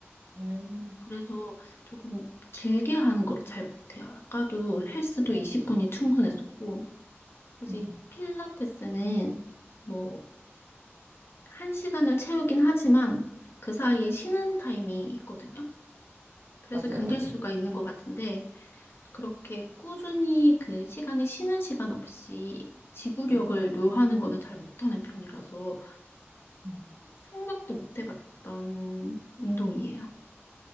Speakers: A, on the right (about 75°); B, on the left (about 60°).
A: 음.
B: 그래서 조금 길게 하는 걸 잘 못해요. 아까도 헬스도 20분이 충분했었고, 사실
A: 음,
B: 이 필라테스는 뭐, 한 시간을 채우긴 하지만 그 사이에 쉬는 타임이 있거든요. 그래서
A: 맞아요,
B: 견딜
A: 맞아요.
B: 수가 있는 것 같은데, 그렇게 꾸준히 그 시간에 쉬는 시간 없이 지구력을
A: 음,
B: 요하는 거는 잘 못하는 편이라서
A: 음.
B: 사- 생각도 못 해봤던 운동이에요.